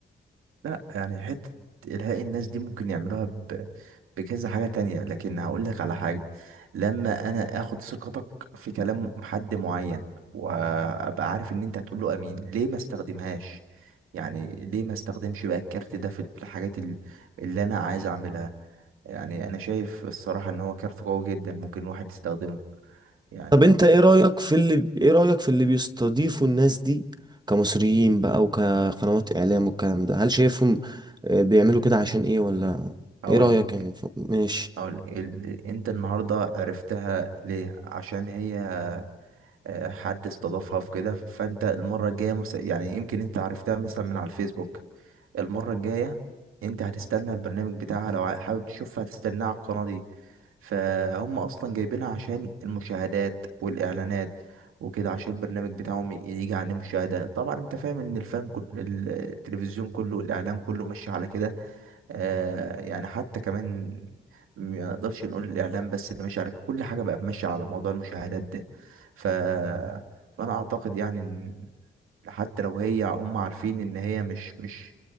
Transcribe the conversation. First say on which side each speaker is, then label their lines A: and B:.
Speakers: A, on the right; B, on the right.
A: لا يعني حتة إلهاء الناس دي ممكن يعملوها ب... بكذا حاجة تانية لكن هقول لك على حاجة لما أنا آخد ثقتك في كلام حد معين وأبقى عارف إن أنت هتقول له أمين ليه ما استخدمهاش يعني ليه ما استخدمش بقى الكارت ده في الحاجات ال- اللي أنا عايز أعملها يعني أنا شايف الصراحة إن هو كارت قوي جدا ممكن الواحد يستخدمه يعني
B: طب انت ايه رأيك في اللي ايه رأيك في اللي بيستضيفوا الناس دي كمصريين بقى وكقنوات اعلام والكلام ده هل شايفهم آه، بيعملوا كده عشان ايه ولا
A: أقول
B: ايه رأيك
A: لك
B: يعني ف- ماشي
A: أقول لك ال- أنت النهاردة عرفتها ليه عشان هي آه، حد استضافها في كده فانت المره الجايه مس- يعني يمكن انت عرفتها مثلا من على الفيسبوك المره الجايه انت هتستنى البرنامج بتاعها لو ع- حابب تشوفها هتستناه على القناه دي فهم اصلا جايبينها عشان المشاهدات والاعلانات وكده عشان البرنامج بتاعهم ي- يجي عليه مشاهده طبعا انت فاهم ان الفن كل... التلفزيون كله الاعلام كله ماشي على كده آه يعني حتى كمان ما نقدرش نقول الإعلام بس اللي ماشي على كده. كل حاجة بقى ماشية على موضوع المشاهدات ده ف... فأنا أعتقد يعني إن حتى لو هي هم عارفين إن هي مش مش